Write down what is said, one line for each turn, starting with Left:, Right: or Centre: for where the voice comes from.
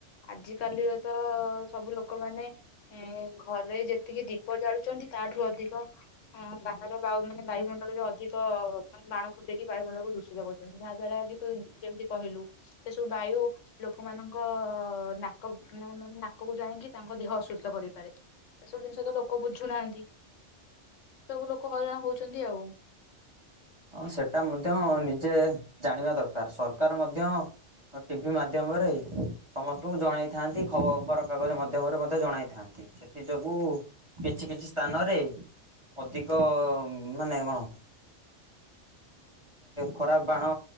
Left: ଆଜିିକାଲିକା ତ ସବୁ ଲୋକମାନେ ଏ ଘରେ ଯେମିତିକି ଦୀପ ଜାଳୁଛନ୍ତି ତାଠୁ ଅଧିକ ବାହାର ବାୟୁ ମାନେ ବାୟୁମଣ୍ଡଳରେ ଅଧିକ ମାନେ ବାଣ ଫୁଟେଇକି ବାୟୁମଣ୍ଡଳକୁ ଦୂଷିତ କରୁଛନ୍ତି ଯାହା ଦ୍ଵାରା କି ତୁ ଯେମିତି କହିଲୁ ସେ ସବୁ ବାୟୁ ଲୋକମାନଙ୍କ ନାକ କାନ ନାକକୁ ଯାଇକି ତାଙ୍କ ଦେହ ଅସୁସ୍ଥ କରିପାରେ ଏସବୁ ଜିନିଷ ତ ଲୋକ ବୁଝୁନାହାଁନ୍ତି ସବୁ ଲୋକ ହଇରାଣ ହଉଛନ୍ତି ଆଉ ।
Right: ହଁ ସେଟା ମଧ୍ୟ ନିଜେ ଜାଣିବା ଦରକାର ସର ସରକାର ମଧ୍ୟ ଟିଭି ମାଧ୍ୟମରେ ସମସ୍ତଙ୍କୁ ଜଣାଇଥାନ୍ତି ଖବରକାଗଜ ମାଧ୍ୟମରେ ମଧ୍ୟ ଜଣାଇଥାନ୍ତି। ସେଥି ଯୋଗୁ କିଛି କିଛି ସ୍ଥାନରେ ଅଧିକ ମାନେ କଣ ଖରାପ ବାଣ